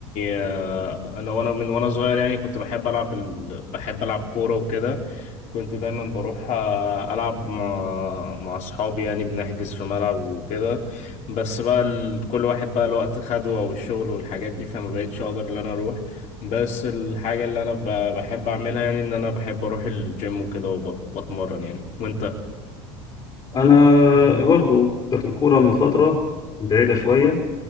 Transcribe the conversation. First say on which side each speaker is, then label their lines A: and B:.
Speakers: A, on the left; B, on the left.
A: أه، انا وانا من وانا صغير يعني كنت بحب العب ال... بحب العب كوره وكده كنت دايما بروح أه، العب مع مع اصحابي يعني بنحجز في ملعب وكده بس بقى ال... كل واحد بقى الوقت خده او الشغل والحاجات دي فما بقتش اقدر ان انا اروح بس الحاجه اللي انا ب... بحب اعملها يعني ان انا بحب اروح الجيم وكده وبت- واتمرن يعني وانت
B: انا برضو كانت الكورة من فترة بعيدة شوية